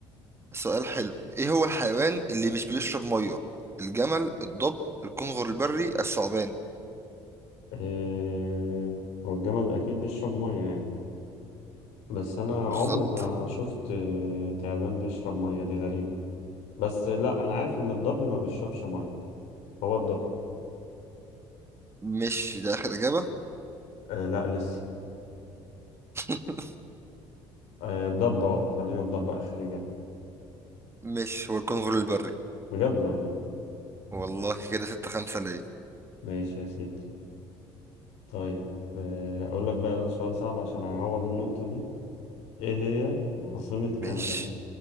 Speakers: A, on the right (about 25°); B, on the left (about 75°).
A: سؤال حلو ايه هو الحيوان اللي مش بيشرب ميه الجمل الضب الكنغر البري الثعبان
B: اه... هو الجمل اكيد بيشرب مية يعني بس انا
A: بالظبط
B: عمري ما شفت آه، تعبان بيشرب مية دي غريبة بس لا انا عارف ان الضب ما بيشربش مية هو الضب
A: مش ده اخر اجابه
B: آه لا لسه
A: <laughs>
B: آه الضب اه خلينا الضب اخر اجابه
A: مش هو الكنغر البري
B: بجد والله
A: والله كده ستة خمسة ليا
B: ماشي يا سيدي طيب آه اقول لك بقى سؤال صعب عشان اعوض النقطه دي ايه هي عاصمه
A: مش
B: كندا